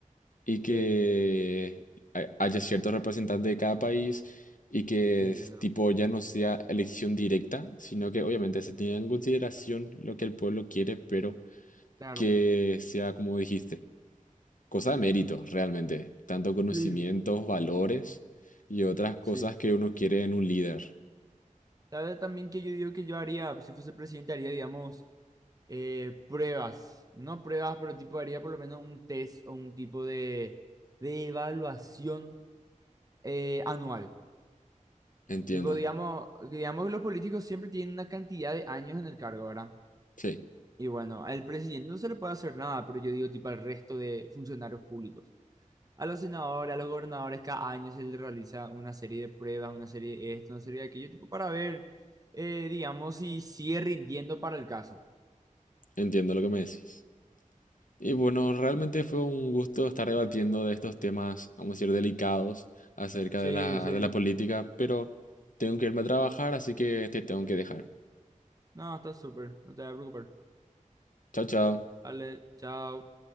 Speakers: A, on the left; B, on the right.
A: y que
B: Sí,
A: hay- haya ciertos representantes de cada país y que
B: entiendo.
A: es tipo ya no sea elección directa, sino que obviamente se tenga en consideración lo que el pueblo quiere, pero
B: Claro.
A: que sea, como dijiste, cosa de mérito realmente, tanto conocimientos,
B: Sí,
A: valores y otras cosas
B: sí.
A: que uno quiere en un líder.
B: ¿Sabes también que yo digo que yo haría, si fuese presidente, haría, digamos, eh, pruebas? No pruebas, pero tipo haría por lo menos un test o un tipo de, de evaluación eh, anual.
A: Entiendo,
B: Tipo, digamos, digamos que los políticos siempre tienen una cantidad de años en el cargo, ¿verdad?
A: sí,
B: Y bueno, al presidente no se le puede hacer nada, pero yo digo tipo al resto de funcionarios públicos. A los senadores, a los gobernadores, cada año se les realiza una serie de pruebas, una serie de esto, una serie de aquello, tipo para ver, eh, digamos, si sigue rindiendo para el caso.
A: entiendo lo que me decís. Y bueno, realmente fue un gusto estar debatiendo de estos temas, vamos a decir, delicados acerca
B: Sí,
A: de la,
B: sí.
A: de la política, pero tengo que irme a trabajar, así que te tengo que dejar.
B: No, está súper, no te vas a preocupar.
A: Chao, chao.
B: Vale, chao.